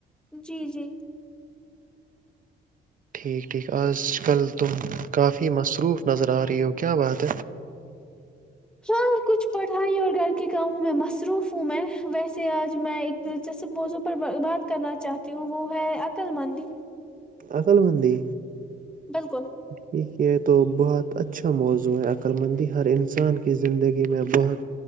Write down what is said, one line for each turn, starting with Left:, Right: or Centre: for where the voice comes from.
Centre: جی جی
Right: ٹھیک ٹھیک آج کل تم کافی مصروف نظر آ رہی ہو کیا بات ہے
Centre: ہاں کچھ پڑھائی اور گھر کے کاموں میں مصروف ہوں میں ویسے آج میں ایک دلچسپ موضوع پر بات کرنا چاہتی ہوں وہ ہے عقل مندی
Right: اکل مندی
Centre: بالکل
Right: ٹھیک یہ تو بہت اچھا موضوع ہے عقللمندی ہر انسان کی زندگی میں بہت